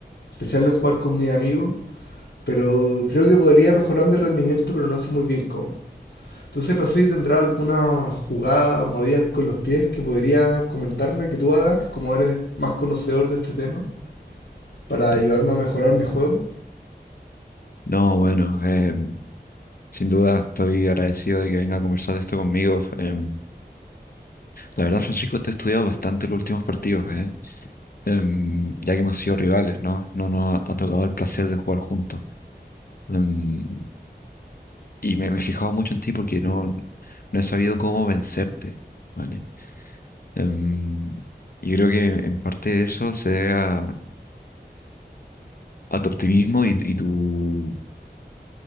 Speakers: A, on the left; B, on the left.
A: especial el jugar con mis amigos, pero creo que podría mejorar mi rendimiento, pero no sé muy bien cómo. Entonces no sé si tendrás alguna jugada, movidas con los pies que podrías comentarme que tú hagas, como eres más conocedor de este tema, para
B: Eh,
A: ayudarme a mejorar mi juego.
B: no, bueno, em, sin duda estoy agradecido de que venga a conversar de esto conmigo. Em, la verdad, Francisco, te he estudiado bastante los últimos partidos, ¿eh? Em, ya que hemos sido rivales, ¿no? No nos ha tocado el placer de jugar juntos. Em, y me, me he fijado mucho en ti porque no, no he sabido cómo vencerte, ¿vale? Em, y creo que en parte de eso se debe a, a tu optimismo y, y tu,